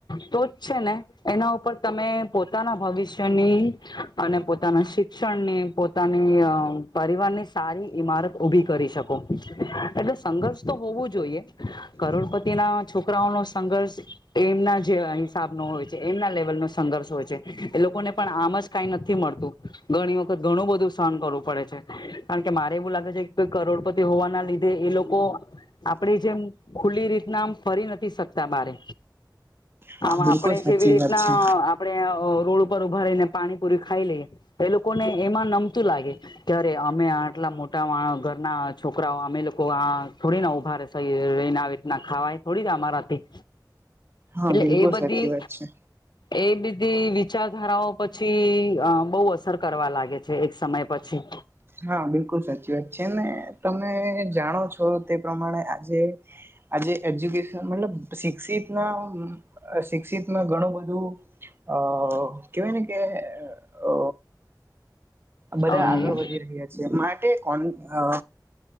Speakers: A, on the left; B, on the right.
A: તો જ છે ને એના ઉપર તમે પોતાના ભવિષ્યની અને પોતાના શિક ક્ષણને પોતાની અ પરિવાર ની સારી ઈમારત ઊભી કરી શકો એટલે સંઘર્ષ તો હોવું જોઈએ કરોડપતિ ના છોકરાઓનો સંઘર્ષ એમના જેવા હિસાબ નો હોય છે એમના લેવલનો સંઘર્ષ હોય છે એ લોકોને પણ આમ જ કાઈ નથી મળતું ઘણી વખત ઘણું બધું સહન કરવું પડે છે કારણ કે મારે એવું લાગે છે કોઈ કરોડપતિ હોવાના લીધે એ લોકો કો આપડી જેમ ખુલ્લી રીતના આમ ફરી નથી શકતા બારે
B: હા
A: આમ આપણેે
B: બિલકુલ સાચી
A: જેવી રીતના
B: વાત છે.
A: આપણેે અ રોડ ઉપર ઉભા રહીને પાણીપુરી ખાઈ લઈએ એ લોકોને એમાં નમતું લાગે કે અરે અમે આ આટલા મોટા માણ ઘરના છોકરાઓ અમે લોકો આ થોડી ના ઊભા સહિ રહીને આવી રીતના ખાવાય થોડી અમારાથી
B: હા
A: એટલે
B: બિલકુલ
A: એ બધી
B: સાચી વાત છે.
A: એ દીધી વિચારધારાઓ પછી અ બહુ અસર કરવા લાગે છે એક સમય પછી
B: હા બિલકુલ સાચી વાત છે ને તમે જાણો છો તે પ્રમાણે આજે આજે એજ્યુકેશન મતલબ શિક્ષિત ના શિક્ષિતમાં ઘણું બધું અ કેવાય ને કે અ બધા
A: અમ
B: આગળ વધી રહ્યા છે માટે કોન અ